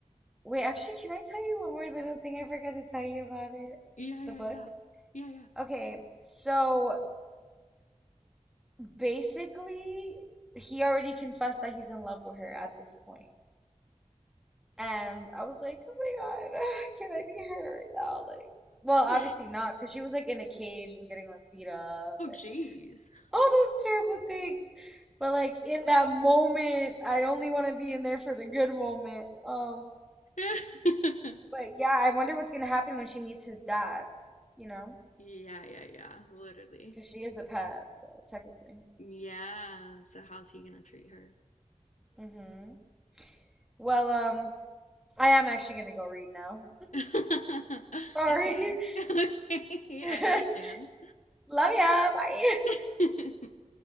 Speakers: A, in the centre; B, on the left (about 75°).
A: wait, actually, can I tell you one more little thing I forgot to tell you about it?
B: Yeah, yeah,
A: The book?
B: yeah. Yeah, yeah.
A: Okay, so basically, he already confessed that he's in love with her at this point. And I was like, oh my God, <laughs> <sighs> can I be her right now? Like, well,
B: <laughs> oh,
A: obviously not, because she was like in a cage and getting like beat up and
B: jeez.
A: all those terrible things. But like in that moment, I only want to be in there for the good moment. Um,
B: <laughs> yeah,
A: but yeah, I wonder what's gonna happen when she meets his dad, you know?
B: yeah, yeah. Literally.
A: Because she is a pet, so technically.
B: Yeah. So how's he gonna treat her?
A: Mm-hmm. Well, um, I am actually gonna go read now.
B: <laughs>
A: <laughs> Sorry.
B: Okay. <laughs> Okay.
A: <laughs>
B: I understand.
A: Love ya. Bye.
B: <laughs>